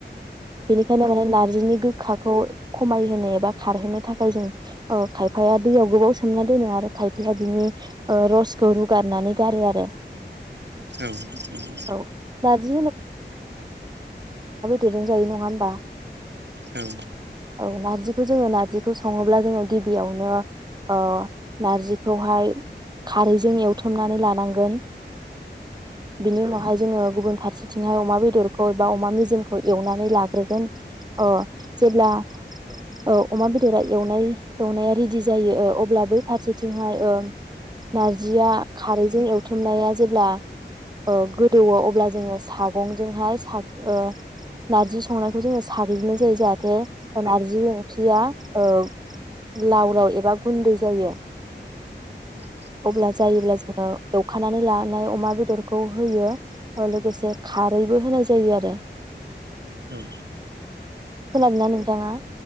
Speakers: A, on the right; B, on the right.
A: बेनिखायनो माने नारजिनि गोखाखौ खमायहोनो एबा खारहोनो थाखाय जों ओ खायफाया दैयाव गोबाव सोमना दोनो आरो खायफाया बिनि ओ रसखौ रुगारनानै गारो आरो
B: औ उम
A: औ नारजि दजों जायो नङा होमबा
B: औ
A: औ नारजिखौ जोङो नारजिखौ सङोब्ला जोङो गिबियावनो ओ नारजिखौहाय खारैजों एवथुमनानै लानांगोन बिनि उनावहाय जोङो गुबुन फारसेथिंहाय अमा बेदरखौ बा अमा मेजिमखौ एवनानै लाग्रोगोन ओ जेब्ला ओ अमा बेदरा एवनाय एवनाया रेडि जायो ओ अब्ला बै फारसेथिंहाय ओम नारजिया खारैजों एवथुमनाया जेब्ला ओ गोदौवो अब्ला जोङो सागंजोंहाय सा ओ नारजि संनायखौ जोङो साग्लिनाय जायो जाहाथे नारजि ओंख्रिया ओ लाव लाव एबा गुन्दै जायो
B: औ
A: अब्ला जायोब्ला जोङो एवखानानै लानाय अमा बे बेदरखौ होयो ओ लोगोसे खारैबो होनाय जायो आरो
B: औ औ
A: खोनादों ना नोंथाङा